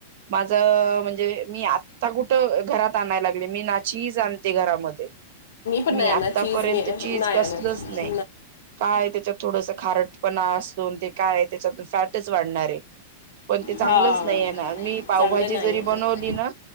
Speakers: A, on the right (about 60°); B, on the left (about 75°).
A: माझ म्हणजे मी आता कुठ घरात आणायला डे मी नाची आणते घरामध्ये
B: पण नाही
A: मी
B: आणणार
A: आतापर्यंत
B: चीज मी
A: चीज
B: नाही
A: कसलच
B: आणत
A: नाही काय त्याच्यात थोडस हपणा असून ते काय त्याच्यातून फॅटच वाढणार आहे पण ते चांगलंच
B: हा
A: नाही आहेणार मी पावभाजी
B: चांगलं नाही
A: जरी
B: आहे
A: बनवली
B: ते
A: ना